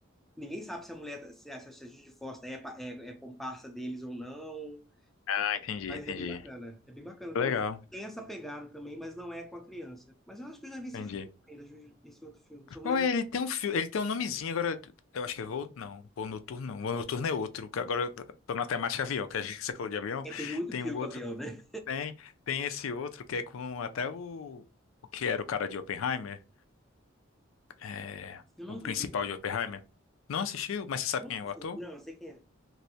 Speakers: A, in the centre; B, on the left (about 80°).
A: ninguém sabe se a mulher se a, se a Judy Foster é, pa- é, é comparsa deles ou não.
B: Ah, entendi,
A: Mas
B: entendi.
A: é bem bacana. É bem bacana
B: Legal,
A: também. Tem essa pegada também, mas não é com a criança. Mas eu acho que eu já vi esse
B: entendi.
A: filme também, já vi esse outro filme. Só não
B: Qual
A: lembro.
B: é? Ele tem um filme, ele tem um nomezinho agora. Eu acho que é Voo. Não, Voo Noturno não. Voo Noturno é outro. que Agora eu tô na temática avião, que a gente você falou de avião.
A: É, tem muito
B: Tem
A: filme
B: um outro.
A: com avião, né?
B: Tem, tem esse outro que é com até o. O que era o cara de Oppenheimer? É,
A: Eu não
B: o principal
A: vi o Oppenheimer.
B: de Oppenheimer. Não assistiu, mas você sabe
A: Não,
B: quem
A: vi.
B: é o ator?
A: Não, eu sei quem é.